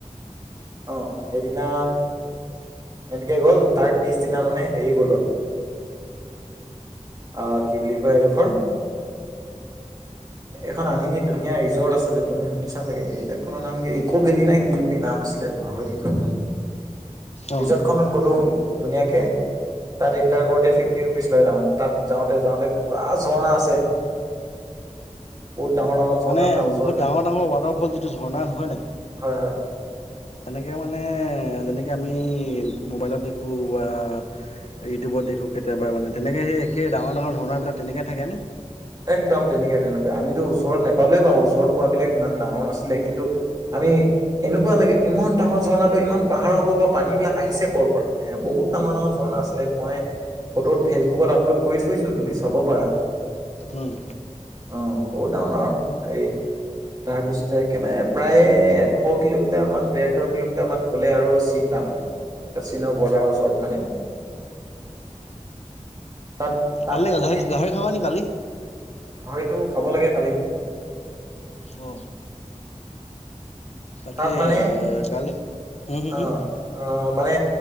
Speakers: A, on the right (about 30°); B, on the left (about 60°).
A: অহ সেইদিনা এনেকে গ'ল, তাৰ পিছদিনা মানে হেৰি গ'লো আমি অ', কি বুলি কয় এইডোখৰ, এইখন আনিনি ধুনীয়া ৰিজৰ্ট আছে, যে তুমি শুনিছা চাগে ৰিজৰ্ট খনৰ নাম কি ইকো ভেলি নে কি বুলি নাম আছিলে পাহৰি থাকিলো ৰ'বা।
B: অ
A: ৰিজৰ্ট খনত গ'লো। ধুনীয়াকে তাত ইণ্টাৰ কৰোতে ফিফটি ৰুপিচ লয় মানে তাত যাওতে-যাওতে পুৰা ঝৰ্ণা আছে। বহুত ডাঙৰ ডাঙৰ ঝৰ্ণা
B: মানে
A: তাৰ ওচৰতে
B: বহুত ডাঙৰ, ডাঙৰ ৱাটাৰফল যিটো ঝৰ্ণা হয় নাই?
A: হয় হয়
B: তেনেকৈ মানে যেনেকৈ আমি মোবাইলত দেখো বা ইউটিউবত দেখো, কেতিয়াবা মানে তেনেকৈ সেই একেই ডাঙৰ ডাঙৰ ঝৰ্ণাবিলাক তেনেকে থাকেনে?
A: একদম তেনেকুৱা, তেনেকুৱা আমিতো ওচৰত নাপালে বাৰু ওচৰত পোৱাবিলাক ইমান ডাঙৰ নাছিলে, কিন্তু আমি এনেকুৱা লাগে ইমান ডাঙৰ ঝৰ্ণাতটো ইমান পাহাৰৰ পৰা পৰা পানী বিলাক আহিছে কৰ পৰা এ' বহুত ডাঙৰ ডাঙৰ ঝৰ্ণা আছিলে মই ফটোত ফেচবুকত আপলোড কৰি থৈছো তুমি চাব পাৰা।
B: উম
A: অ', বহুত ডাঙৰ আৰু এই তাৰপিছতে একেবাৰে প্ৰায় এশ কিলোমিটাৰ মান ডেৰশ কিলোমিটাৰ মান গ'লে আৰু চীন পাম আৰু চীনৰ বৰ্ডাৰৰ ওচৰত মানে। <inaudible> তাত তাত
B: কাললৈ গাহৰি,
A: মানে
B: গাহৰি খাবা নেকি কালি?
A: গাহৰিটো খাব লাগে কালি।
B: অ। তাকে
A: তাত মানে
B: কালি হম হম
A: অ',
B: হম
A: - অ, মানে